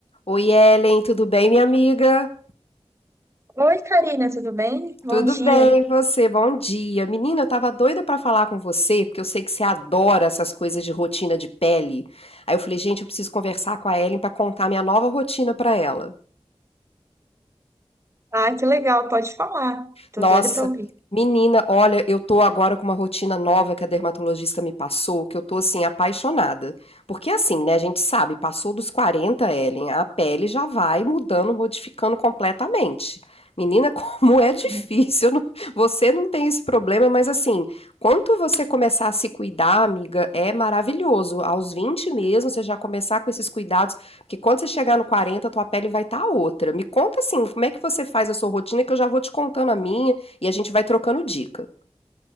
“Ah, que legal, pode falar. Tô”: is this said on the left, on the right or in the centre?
Right